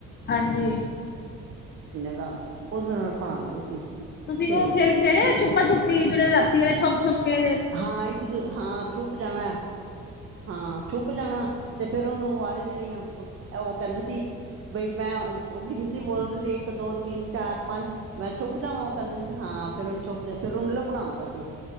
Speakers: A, on the left (about 35°); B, on the right (about 45°).
A: ਹਾਂਜੀ
B: ਆਉਂਦੇ ਨਾਲ ਪਣਾਉਂਦੇ ਸੀ
A: ਤੁਸੀਂ
B: ਤੇ
A: ਉਹ ਖੇਲ ਖੇਡੇ ੁੱਪਾ ਛੁੱਪੀ ਜਿਹੜੇ ਰਾਤੀ ਵਾਲੇੇ ਛੁੱਪ ਛੁਪੇ
B: ਹਾਂ ਇੱਕ ਦ ਹਾਂ ੁੱਪ ਜਾਣਾ ਆ ਹਾਂ ਛੁੱਪ ਜਾਣਾ ਣਾ ਤੇ ਫਿਰ ਉਹਨੂੰ ਵਾਹਾਰੀ ਦੇਣੀ ਆ ਉਹ ਕਹਿੰਦੇ ਸੀ ਬਈ ਮੈਂ ਉਹ ਗਿਣਤੀ ਬੋਲਦੀ ਸੀ ਇੱਕ ਦੋ ਤਿੰਨ ਚਾਰ ਪੰਜ ਮੈਂ ਛੁੱਪ ਜਾਵਾਂ ਉਹ ਕਹਿੰਦੇ ਸੀ ਹਾਂ ਫਿਰ ਛੁੱਪਦੇ
A: ਹਾਂਜੀ-ਹਾਂਜੀ,
B: ਫਿਰ ਉਨਲਾ ਬਣਾਉਂਦਾ ਸੀ